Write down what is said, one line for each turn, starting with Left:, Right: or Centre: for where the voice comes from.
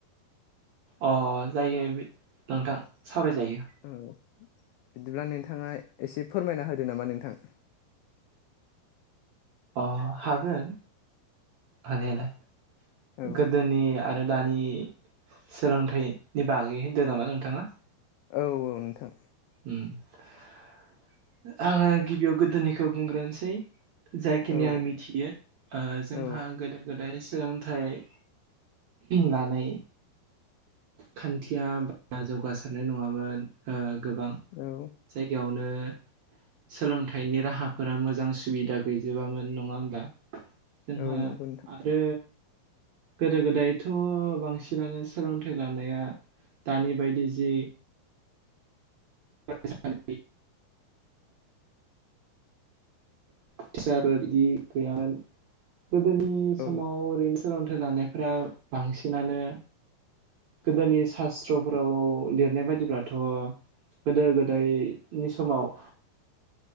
Right: अ जायो बिद नोंथां सावरायजायो।
Left: औ बिदिब्ला नोंथाङा एसे फोरमायना होदो नामा नोंथां।
Right: अ हागोन हानायालाय‌।
Left: औ
Right: गोदोनि आरो दानि सोलोंथाइनि बागै होन्दों नामा नोंथाङा? दा
Left: औ औ नोंथां।
Right: उम आङो गिबियाव गोदोनिखौ बुंग्रोनसै। जायखिनि
Left: औ
Right: आं मिनथियो ओ जोंहा
Left: औ
Right: गोदो गोदाय सोलोंथाइ लानाय खान्थिया बारा जौगासारनाय नङामोन। ओ गोबां
Left: औ।
Right: जायगायावनो सोलोंथाइनि राहाफोरा मोजां सुबिदा गैजोबामोन। नङा होमबा? जोंहा
Left: औ नंगौ नोंथां
Right: आरो गोदो गोदायथ' बांसिनानो सोलोंथाइ लानाया दानि बायदि जि <unintelligible> फिसाबो इदि गैयामोन‌। गोदोनि
Left: औ
Right: समाव ओरैन सोलोंथाइ लानायफ्रा बांसिनानो गोदोनि सास्त्रफोराव लिरनाय बायदिब्लाथ' गोदो गोदायनि समाव